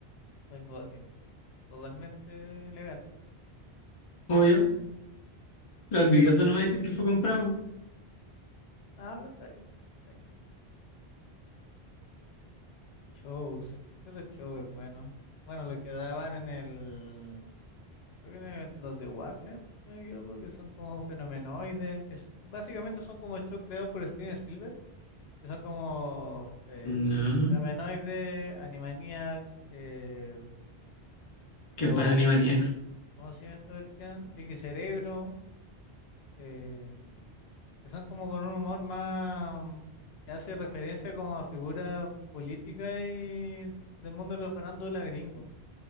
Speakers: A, on the left; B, on the left.
A: vengo a ti, totalmente legal.
B: Obvio. Los envidiosos no me dicen que fue comprado.
A: Ah, pero está bien, está bien. Shows, ese show es bueno. Bueno, lo que daban en el, Creo que me- los de Warner, si no me equivoco, que son como fenomenoides, que s- básicamente son como shows creados por Steven Spielberg, que son como eh,
B: No.
A: fenomenoides, Animaniacs, eh,
B: Qué
A: lo,
B: buena Animaniacs.
A: ¿cómo, cómo se llama esta cuestión? Pinky Cerebro, eh, que son como con un humor más mm, que hace referencia como a figuras políticas y del mundo de la farándula gringo,